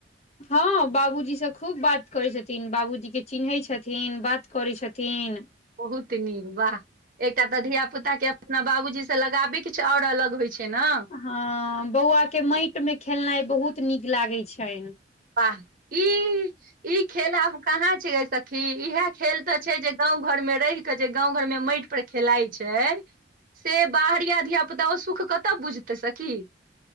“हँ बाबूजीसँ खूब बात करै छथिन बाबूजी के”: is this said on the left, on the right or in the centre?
Left